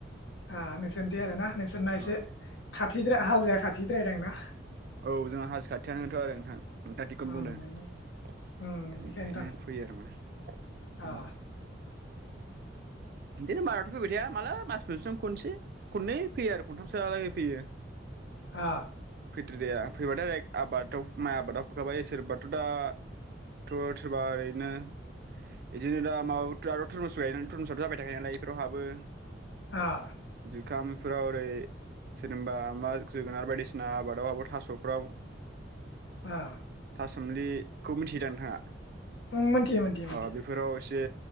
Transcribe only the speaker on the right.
औ
औ जोंहा हाजो खाथियानोथ' आरो नोंथां नोंथाङ थिगखौनो
बुंदों ओंखायनो
फैयो आरो मा ओम
बिदिनो बाराथ' फैबाय थाया माला मास मोनसेआव खनसे खनै फैयो आरो खन्थामसोहालागै फैयो।
<unintelligible> फैबाथाय ओरै आबादाव माइ आबादाव फखाबाय सोरबाथ' दाथ' सोरबा सोरबा ओरैनो बिदिनो दा माबा <unintelligible> बायनायालाय इफोराव हाबो।
जुखामफ्राव ओरै सोरनिबा मा जोगोनार बायदिसिना आबादावबाबो थास'फ्राव
थासोमलि खौ मिथियो दा नोंथाङा?
अ बेफोराव एसे